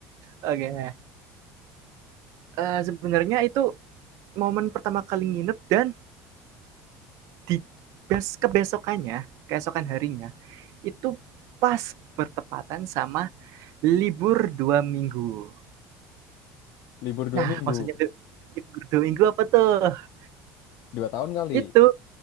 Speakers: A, on the right (about 60°); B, on the left (about 65°).
A: Okay. eh, sebenarnya itu momen pertama kali nginep dan di bes kebesokannya, keesokan harinya itu pas bertepatan sama libur dua minggu.
B: Libur dua
A: Nah,
B: minggu,
A: maksudnya libur dua minggu apa tuh?
B: dua tahun kali.
A: Itu